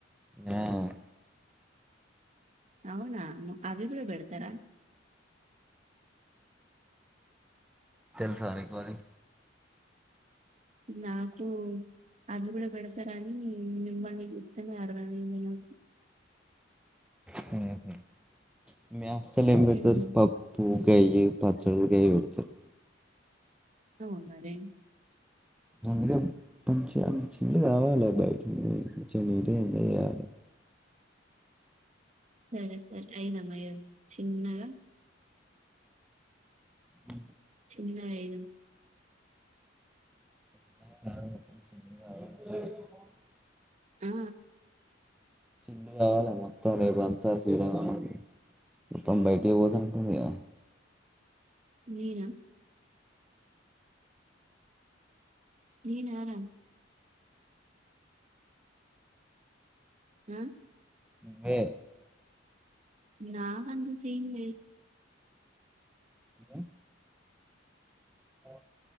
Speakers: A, in the centre; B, on the right.
A: అ
B: అవునా అవి కూడా పెడతారా
A: తెలుసా నీకు అది
B: నాకు అది కూడా పెడతార అని మిమ్మల్ని చూస్తేనే అర్థం అయింది నాకు
A: హ్మ్ హు మీ హాస్టల్లో ఏం పెడతారు
B: ఉమ్
A: పప్పు కై పచ్చడి కై పెడ్తారు
B: హ్మ్ మరి
A: అందుకే మంచి ఛిల్ల్ కావాలి బయటికి పోయి ముచ్చట్లు పెట్టి ఎంజాయ్ చెయ్యాలి
B: సరే సరే ఐదుమ్మయ్య చిన్నగా
A: అ
B: తిన్నఐదు
A: హ హ <unintelligible>
B: ఆ
A: చిల్లు కావాలే మొత్తం రేపు అంతా శ్రీరామనవమి మొత్తం బయటి పోతునటుందిగా
B: నేనా నేనారా హ
A: నువ్వే
B: నాకంత సీన్ లేదు
A: వద అ